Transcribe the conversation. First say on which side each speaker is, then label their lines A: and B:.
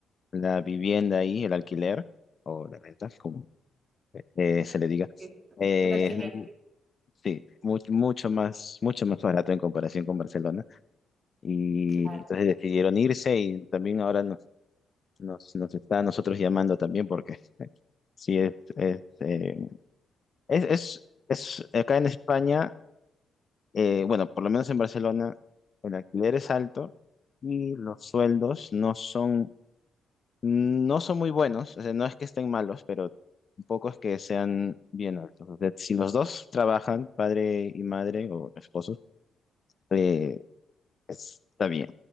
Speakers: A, on the left; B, on the right.
A: la vivienda ahí, el alquiler o la renta, como eh, se le diga,
B: eh,
A: eh,
B: el alquiler,
A: es mu- sí, mucho mucho más, mucho más barato en comparación con Barcelona. Y
B: claro,
A: entonces decidieron irse y también ahora nos, nos, nos está a nosotros llamando también porque <laughs> sí es, es, eh, Es, es, es acá en España, eh, bueno, por lo menos en Barcelona, el alquiler es alto y los sueldos no son, no son muy buenos. O sea, no es que estén malos, pero tampoco es que sean bien altos. O sea, si los dos trabajan, padre y madre o esposos, eh, está bien.